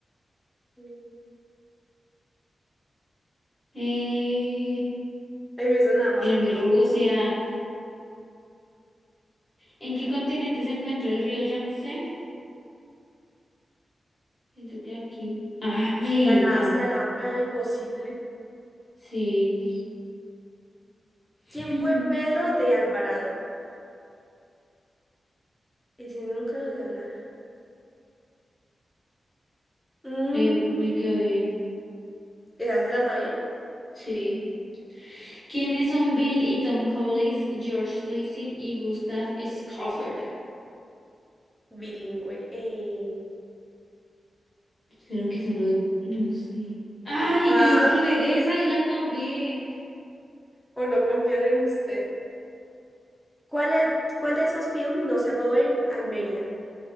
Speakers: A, in the centre; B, on the left.
A: Lena.
B: Eh,
A: Ay, me suena nada más.
B: en
A: eh,
B: Rusia. ¿En qué continente se encuentra el río Yangtze? Siento que aquí. Ay,
A: Era en Asia,
B: tan.
A: Laura, imposible.
B: Sí. <laughs>
A: ¿Quién fue Pedro de Alvarado? Ese nunca lo dio a hablar. Mm,
B: Eh, me quedó bien.
A: ¿esa se la sabía?
B: Sí. ¿Quiénes son Bill y Tom Collins, George Lessing y Gustav Schoffer?
A: Bilingüe. eh.
B: ¿Será que son los...? No sé. ¡Ay!
A: Ah,
B: Yo iba a poner esa y la cambié.
A: por no confiar en usted. ¿Cuál es, cuál de esos films no se rodó en Almería?